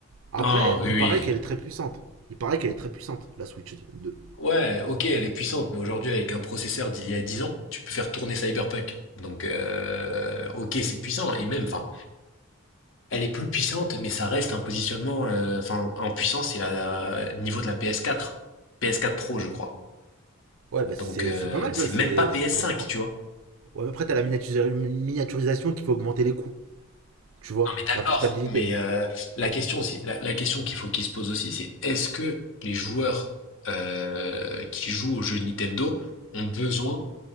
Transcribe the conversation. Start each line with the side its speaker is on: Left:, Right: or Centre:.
Right: Après,
Left: Non, oui,
Right: il
Left: oui.
Right: paraît qu'elle est très puissante. Il paraît qu'elle est très puissante, la Switch 2.
Left: Ouais, ok, elle est puissante, mais aujourd'hui, avec un processeur d'il y a 10 ans, tu peux faire tourner Cyberpunk. Donc, euh, ok, c'est puissant, et même, enfin, elle est plus puissante, mais ça reste un positionnement, euh, enfin, en puissance, c'est la- la- le niveau de la PS4. PS4 Pro, je crois.
Right: Ouais, bah c'est
Left: Donc, euh,
Right: c'est pas mal,
Left: c'est
Right: tu vois,
Left: même
Right: c'est
Left: pas PS5,
Right: pour du portable.
Left: tu vois.
Right: Ouais, mais après, t'as la miniaturisation qui fait augmenter les coûts, tu vois,
Left: Non mais d'accord,
Right: la portabilité.
Left: mais euh, la question c'est la, la question qu'il faut qu'il se pose aussi, c'est est-ce que les joueurs euh, qui jouent aux jeux Nintendo ont besoin